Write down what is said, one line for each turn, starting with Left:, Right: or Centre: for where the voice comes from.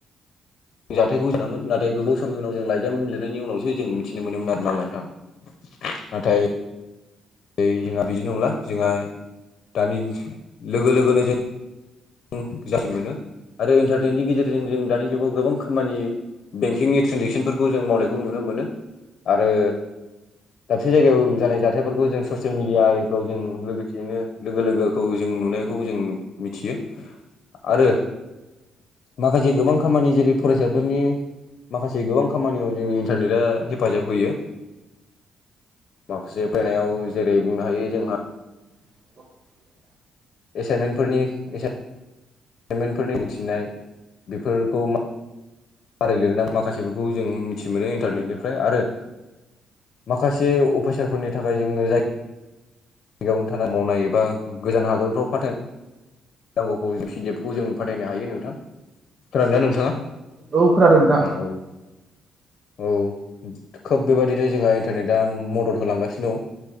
Left: <inaudible> जाथायखौ गुजोनामोन। नाथाय गोबाव सम थामनि उनाव जों लाइजाम लिरनायनि उनावसो जों मिथिनो मोनोमोन आरोना नोंथां। नाथाय ओइ जोंहा बिदि नंला। जोंहा दानि लोगो लोगोनो जों ओं जासि मोनो। आरो इन्टारटेन्टनि गेजेरजों जों दानि जुगाव गोबां खामानि बेंकिंनि ट्रेनजेकसनफोरखौ जों मावनायखौ नुनो मोनो। आरो दाबसे जायगायाव जानाय जाथायफोरखौ जों ससियेल मिडिया आरिफ्राव जों लोगोसेयैनो लोगो लोगोखौ जों नुनायखौ जों मिथियो। आरो माखासे गोबां खामानि जेरै फरायसाफोरनि माखासे गोबां खामानियाव जोंनि इन्टारनेटआ हेफाजाब होयो। माखासे फैनायाव जेरै बुंनो हायो जोंहा
Right: <unintelligible>
Left: एसाइनमेनफोरनि इसे पेमेनफोरनि मिथिनाय बेफोरखौ मा फारि लिरनां माखासेफोरखौ जों मिथि मोनो इन्टारनेटनिफ्राय। आरो माखासे अफिसारफोरनि थाखाय जोङो जाय बिगाबावनो थाना मावनाय एबा गोजान हादरफ्राव फाथायनाय नांगौखौ पिडि एफ खौ जों फाथायनो हायो नोंथां। खोनादोंना नोंथाङा?
Right: औ खोनादों नोंथां
Left: उम ओ औ। औ दि खोब बेबायदिनो जोंहा इन्टारनेटआ म-मदद होलांगासिनो दं।